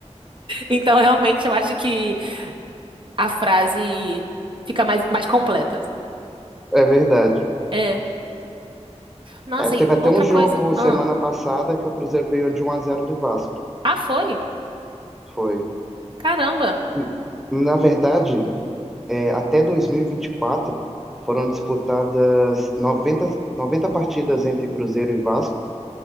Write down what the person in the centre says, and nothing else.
É verdade.
É, teve
até
um jogo
semana passada que o Cruzeiro ganhou de um a zero do Vasco.
Foi.
N- Na verdade, é, até 2024 foram disputadas noventa noventa partidas entre Cruzeiro e Vasco,